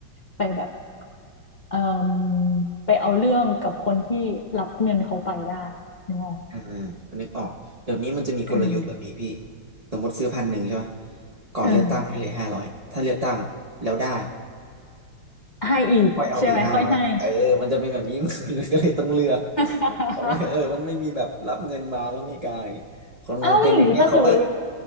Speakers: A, on the left (about 65°); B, on the right (about 50°).
A: ไปแบบเอ่อไปเอาเรื่องกับคนที่รับเงินเขาไปได้นึกออก
B: อ่านึกออกเดี๋ยวนี้มันจะมีกลยุทธ์แบบนี้พี่
A: เออ
B: สมมติซื้อพันหนึ่งใช่ไหม ก่อนเลือกตั้งให้เลยห้าร้อยถ้าเลือกตั้งแล้วได้
A: เออ ให้อีกใช่ไหมค่อยให้
B: ค่อยเอาไปอีกห้าร้อยเออมันจะเป็นแบบนี้ <laughs> มันก็เลยต้องเลือก
A: <laughs>
B: เขาไม่เออมันไม่มีแบบรับเงินมาแล้วไม่กล้าอย่างเงี้ยคนมันเป็นอย่างเงี้ยเขาก็
A: อ้าวแล้วอย่างนี้ถ้าสมมติ